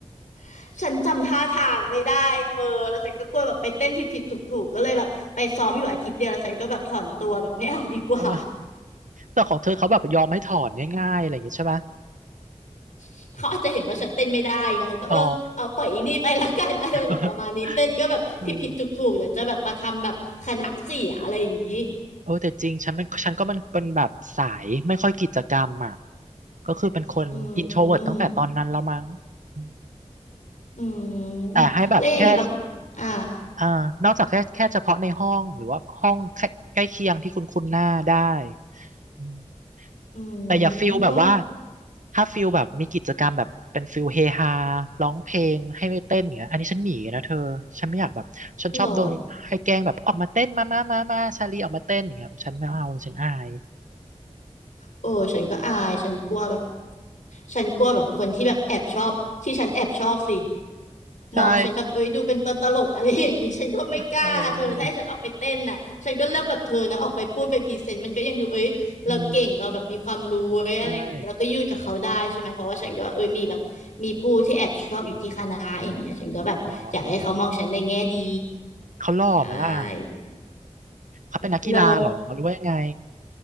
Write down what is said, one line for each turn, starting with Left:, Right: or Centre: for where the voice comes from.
Left: ำฉันจำท่าทางไม่ได้เธอแล้วฉันก็กลัวแบบไปเต้นผิดผิดถูกถูกๆก็เลยแบบไปซ้อมอยู่อาทิตย์เดียวแล้วฉันก็แบบถอนตัวแบบไม่เอาดีกว่า
Right: เออแต่ของเธอเขาแบบยอมให้ถอนง่ายๆอะไรอย่างงี้ใช่ไหม
Left: <laughs> เขาอาจจะเห็นว่าฉันเต้นไม่ได้ไงเขาก็เออเอาปล่อยอีนี่ไปละกัน
Right: อ๋อ
Left: <laughs> อะไรแบบประมาณนี้เต้นก็แบบผิดผิดถูกถูกๆเดี๋ยวจะแบบมาทำแบบคณะเสียอะไรอย่างนี้
Right: <laughs> เออเออแต่จริงฉันเป็นฉันก็มันเป็นแบบสายไม่ค่อยกิจกรรมอ่ะก็คือเป็นคนอินโทรเวิร์ตตั้งแต่ตอนนั้นแล้วมั้ง
Left: อืม
Right: อืม
Left: อืม
Right: แต่ให้แบบแค่
Left: แล้วอย่างเงี้ยแบบอ่า
Right: อ่านอกจากแค่แค่เฉพาะในห้องหรือว่าห้องใกล้ใกล้เคียงที่คุณคุ้นหน้าได้อืม
Left: อืมก็
Right: แต่อย่าฟิลแบบว่าถ้าฟิลแบบมีกิจกรรมแบบเป็นฟิลเฮฮาร้องเพลงให้ไปเต้นอย่างเงี้ยอันนี้ฉันหนีนะเธอฉันไม่อยากแบบฉันชอบโดนให้แกล้งแบบออกมาเต้นมามามามาชาลีออกมาเต้นอย่างเงี้ยฉันไม่เอาฉันอาย
Left: หรอโอ้ฉันก็อายฉันกลัวแบบฉันกลัวแบบคนที่แบบแอบชอบที่ฉันแอบชอบสิ
Right: ใช่
Left: มองฉันแบบเอ้ยดูเป็นตัวตลกอะไรอย่างงี้ฉันก็ไม่กล้าเธอถ้าให้ฉันออกไปเต้นน่ะฉันก็เลือกแบบเธอนะออกไปพูดไปพรีเซนต์มันก็ยังดูเอ้ยเราเก่งเราแบบมีความรู้เว้ยอะไรอย่างงี้เราก็ยืดกับเขาได้ใช่ไหมเพราะว่าฉันก็เอ้ยมีแบบมีผู้ที่แอบชอบอยู่ที่คณะอย่างเงี้ยฉันก็แบบอยากให้เขามองฉันในแง่ดี
Right: เอออืมใช่หรอเขาหล่อไหมล่ะ
Left: ใช่
Right: เขาเป็นนักกีฬาหรอหรือว่ายังไง
Left: โล